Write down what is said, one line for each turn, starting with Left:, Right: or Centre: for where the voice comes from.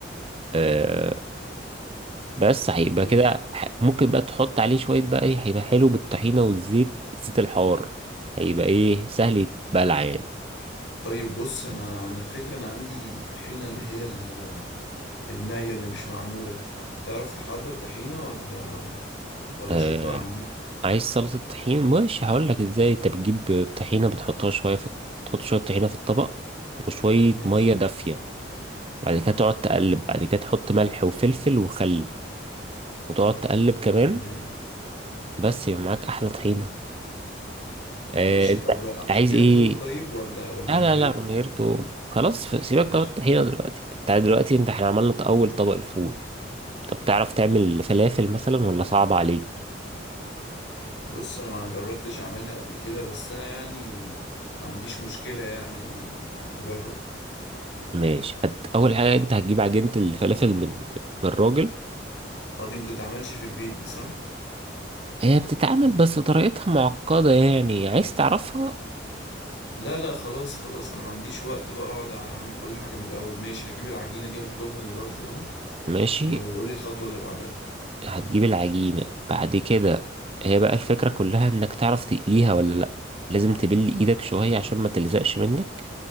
Right: أه بس هيبقى
Left: ماشي
Right: كده ح- ممكن بقى تحط عليه شوية بقى ايه هيبقى حلو بالطحينة والزيت زيت الحار هيبقى ايه سهل يتبلع يعني
Left: طيب بص انا انا الفكرة انا عندي الطحينة اللي هي ال... النية اللي مش معمولة تعرف تحضر طحينة ولا ولا
Right: أه
Left: اشوف بقى على النت
Right: عايز سلطة طحين مش هقول لك ازاي انت بتجيب طحينة بتحطها شوية في تحط شوية طحينة في الطبق وشوية
Left: ماشي
Right: مية دافية بعد كده تقعد تقلب بعد كده تحط ملح وفلفل وخل وتقعد تقلب كمان
Left: تمام
Right: بس يبقى معاك احلى طحينه آه،
Left: ماشي
Right: انت
Left: طب اديها
Right: عايز ايه
Left: توم طيب ولا ولا
Right: لا
Left: من
Right: لا
Left: غير
Right: لا من
Left: توم
Right: غير توم خلاص ف- سيبك
Left: ماشي
Right: بقى من الطحينه دلوقتي انت دلوقتي انت احنا عملنا اول طبق الفول طب تعرف تعمل فلافل مثلا ولا صعب عليك
Left: بص انا ما جربتش اعملها قبل كده بس انا يعني ما عنديش مشكلة يعني آه، اجرب
Right: ماشي هت... اول حاجه انت هتجيب عجينه الفلافل من من الراجل
Left: اه دي ما بتتعملش في البيت دي صح
Right: هي بتتعمل بس طريقتها معقده يعني عايز تعرفها
Left: لا لا خلاص خلاص انا ما عنديش وقت بقى اقعد اعمل كل حاجة من الاول ماشي هجيب العجينة دي هطلبها دلوقتي اهو
Right: ماشي
Left: وقول لي الخطوة اللي بعدها
Right: هتجيب العجينه بعد كده هي بقى الفكره كلها انك تعرف تقليها ولا لا لازم تبل ايدك شويه عشان ما تلزقش منك